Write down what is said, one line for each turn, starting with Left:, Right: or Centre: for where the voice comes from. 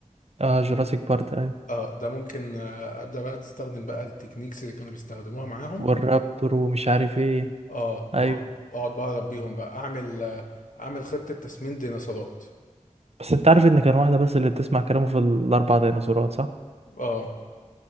Right: اه جوراسيك بارك ايوه
Left: اه ده ممكن آه ابدا بقى تستخدم بقى التكنيكس اللي كانوا بيستخدموها معاهم
Right: والرابتور ومش عارف ايه
Left: اه واقعد
Right: ايوه
Left: وأقعد بقى اربيهم بقى اعمل آه، اعمل خطه تسمين ديناصورات
Right: بس انت عارف ان كان واحدة بس اللي بتسمع كلامه في الاربع ديناصورات صح؟
Left: اه